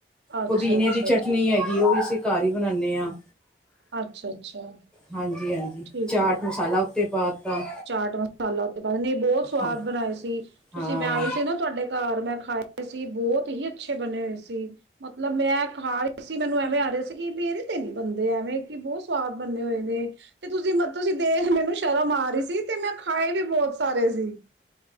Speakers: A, on the right; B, in the centre.
A: ਅੱਛਾ-ਅੱਛਾ
B: ਪੁਦੀਨੇ ਦੀ ਚਟਨੀ
A: ਠੀਕ
B: ਐ। ਕੀ ਉਹ ਵੀ ਅਸੀਂ ਘਰ ਈ ਬਣਾਣੇ ਆਂ,
A: ਅੱਛਾ-ਅੱਛਾ
B: ਹਾਂਜੀ ਹਾਂਜੀ।
A: ਠੀਕ
B: ਚਾਟ
A: ਹੈ
B: ਮਸਾਲਾ ਉੱਤੇ ਪਾ ਤਾ
A: ਚਾਟ ਮਸਾਲਾ ਉੱਤੇ ਪਾਕੇ, ਨੀ ਬੋਤ ਸਵਾਦ
B: ਹਾਂ
A: ਬਨਾਏ ਸੀ, ਤੂਸੀ
B: ਹਾਂ
A: ਮੈਂ ਆਈ ਤੇ ਨਾ ਤੂਆਡੇ ਘਾਰ ਮੈਂ ਖਾਏ ਸੀ, ਬੋਤ ਹੀ ਅੱਛੇ ਬਨੇ ਹੋਏ ਸੀ। ਮਤਲਬ ਮੈਂ ਖਾ ਰਈ ਸੀ, ਮੈਨੂੰ ਐਵੇਂ ਆ ਰੇਆ ਸੀ, ਕਿ ਮੇਰੇ ਤੇ ਨੀ ਬਨਦੇ ਐਵੇਂ, ਕਿ ਬੋਤ ਸਵਾਦ ਬੰਨੇ ਹੋਏ ਨੇ। ਤੇ ਤੂਸੀ ਮ ਤੂਸੀ ਦੇਖ ਮੈਨੂੰ ਸ਼ਰਮ ਆ ਰੀ ਸੀ, ਤੇ ਮੈਂ ਖਾਏ ਵੀ ਬੋਤ ਸਾਰੇ ਸੀ।